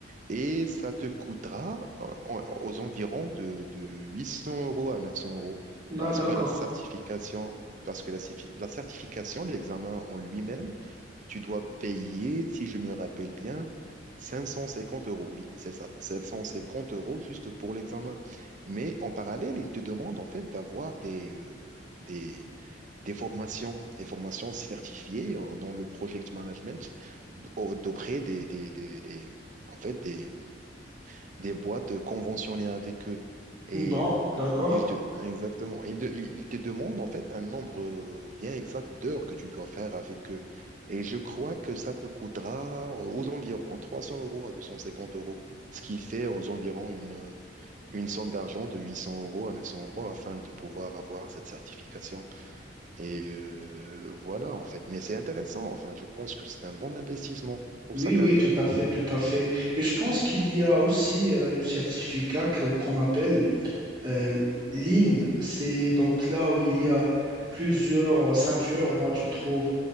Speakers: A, on the right; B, on the right.
A: et ça te coûtera euh, en- aux environs de, de 800 euros à 900 euros
B: Là
A: parce
B: d'accord.
A: que la certification, parce que la, certifi- la certification, l'examen en lui-même, tu dois payer, si je me rappelle bien, 550 euros. Oui, c'est ça, 750 euros juste pour l'examen. Mais en parallèle, ils te demandent en fait d'avoir des, euh, des des formations, des formations certifiées euh, dans le project management d- au- d'auprès des, des, des, des- en fait, des, des boîtes conventionnées avec eux. Et
B: Bon,
A: euh,
B: d'accord.
A: ils te, exactement, ils, te ils te demandent en fait un nombre euh, bien exact d'heures que tu dois faire avec eux. Et je crois que ça te coûtera euh, aux environs 300 euros à 250 euros, ce qui fait aux environs une, une somme d'argent de 800 euros à 900 euros afin de pouvoir avoir cette certification. Et euh, voilà en fait. Mais c'est intéressant, enfin, je pense que c'est un bon investissement pour
B: Oui,
A: sa carrière.
B: oui, tout à fait, tout à fait. Et je pense qu'il y a aussi euh, un certificat que- qu'on appelle euh, l'IN. C'est donc là où il y a plusieurs euh, ceintures. Là, tu trouves